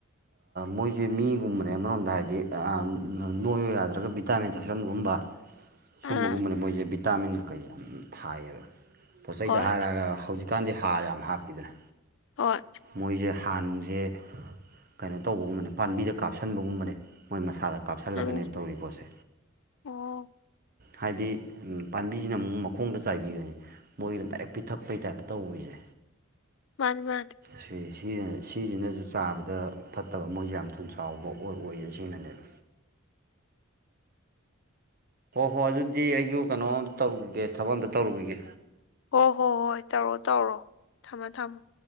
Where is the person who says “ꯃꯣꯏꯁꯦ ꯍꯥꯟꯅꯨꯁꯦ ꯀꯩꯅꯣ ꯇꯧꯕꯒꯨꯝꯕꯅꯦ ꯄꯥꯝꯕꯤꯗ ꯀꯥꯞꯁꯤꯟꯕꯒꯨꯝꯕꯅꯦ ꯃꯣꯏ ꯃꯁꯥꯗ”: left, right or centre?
Right